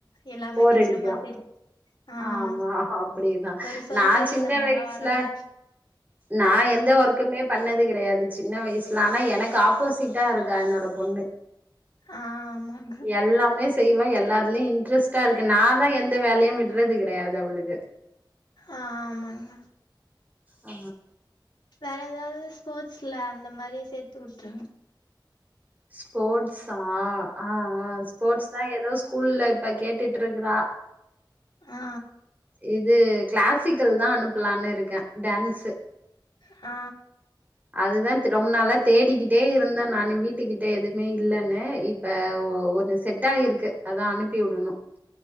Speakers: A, on the left; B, on the right.
A: எல்லாமே
B: போரடிக்கு
A: கஷ்டமா தெரியு ஆ
B: ஆமா அப்டிதா
A: ஒரு சோம்பேறித்தனம்லா
B: நான் சின்ன வயசுல
A: வர ஆரம்பிச்சு
B: நா
A: ஆ
B: எந்த ஒர்க்குமே பண்ணது கெடையாது சின்ன வயசுல ஆனா எனக்கு ஆப் போசிட்டா இருக்கா என்னோட பொண்ணு
A: ஆ ஆமாங்க
B: எல்லாமே செய்வா எல் லாலயும் இன்ட்ரெஸ்ட்டா இருக்கு நாதான் எந்த வேலயும் விட்றது கெடையாது அவளுக்கு
A: ஆமாங்க
B: ஆ
A: வேற ஏதாவது ஸ்போர்ட்ஸ்ல அந்த மாரி சேத்து வுட்ரனும்
B: ஸ்போர்ட்ஸா ஆ ஆ ஸ்போர்ட்ஸ் தா எதோ ஸ் கூல்ல இப்ப கேட்டுட்டு இருக்றா
A: ஆ
B: இது கிளாசிக்கல் தா அனுப்பலனு இருக்கேன் டான்ஸு
A: ஆ
B: அதுதான் திரு ரொம்ப நாளா தேடிக்கிட்டே இருந்தே நானு வீட்டுக்கிட்ட எதுவுமே இல்லன்னு இப்போ ஓ ஒரு இது செட்டாயிருக்கு அதா அனுப்பி வுடணும்